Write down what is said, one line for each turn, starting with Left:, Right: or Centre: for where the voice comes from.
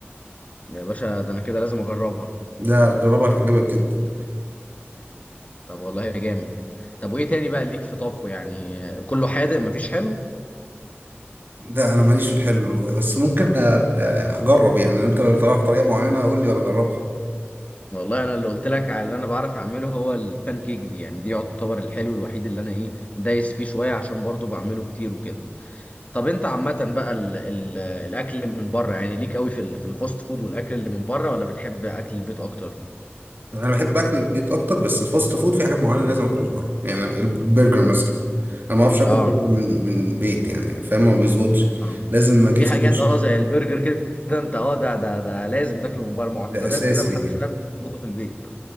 Left: يا باشا ده انا كده لازم اجربها
Right: ده جربها هتعجبك جدا
Left: طب والله جامد طب وايه تاني بقى ليك في طبخه يعني كله حادق مفيش حلو
Right: لا انا ماليش في الحلو بس ممكن أت- اجرب يعني انت لو تعرف طريقه معينه قول لي وانا اجربها
Left: والله انا اللي قلت لك على اللي انا بعرف اعمله هو البان كيك دي يعني دي يعتبر الحلو الوحيد اللي انا ايه دايس فيه شويه عشان برضو بعمله كتير وكده طب انت عامه بقى ال ال الاكل من بره يعني ليك قوي في ال- في الفاست فود والاكل اللي من بره ولا بتحب اكل البيت اكتر
Right: انا بحب اكل البيت اكتر بس الفاست فود في حاجات معينه لازم اكلها من بره يعني البرجر مثلا انا ما اعرفش اكل
Left: اه
Right: برجر من من بيت يعني فاهم ما بيظبطش
Left: آه.
Right: لازم اجيب
Left: في
Right: سندوتش
Left: حاجات اه زي البرجر كده انت اه ده ده ده لازم تاكله من بره معتقدات
Right: ده اساسي
Left: كده محدش
Right: يعني
Left: بيعرف يظبطه في البيت